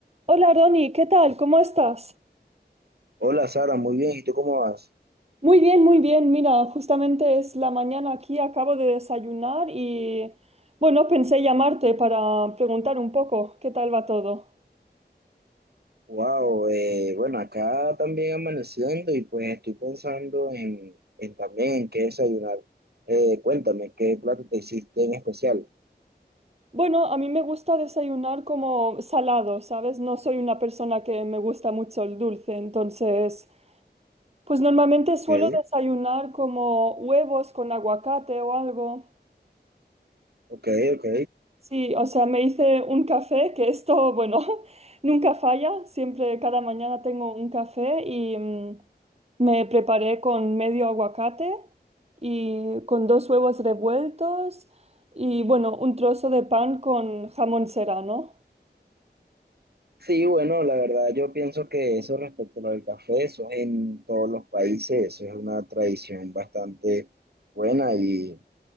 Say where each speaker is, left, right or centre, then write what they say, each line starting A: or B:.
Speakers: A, on the right (about 35°); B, on the right (about 65°).
A: Hola Ronnie, ¿qué tal? ¿Cómo estás?
B: Hola Sara, muy bien. ¿Y tú cómo vas?
A: Muy bien, muy bien. Mira, justamente es la mañana aquí, acabo de desayunar y bueno, pensé llamarte para preguntar un poco qué tal va todo.
B: Wow, bueno, acá también amaneciendo y pues estoy pensando en, en también en qué desayunar. Eh, cuéntame, ¿qué plato te hiciste en especial?
A: Bueno, a mí me gusta desayunar como salado, ¿sabes? No soy una persona que me gusta mucho el dulce, entonces, pues normalmente suelo
B: Ok,
A: desayunar como huevos con aguacate o algo.
B: ok, ok.
A: Sí, o sea, me hice un café, que esto, bueno, <laughs> nunca falla, siempre cada mañana tengo un café y mm, me preparé con medio aguacate y con dos huevos revueltos y bueno, un trozo de pan con jamón serrano.
B: Sí, bueno, la verdad yo pienso que eso respecto a lo del café, eso es en todos los países, eso es una tradición bastante buena y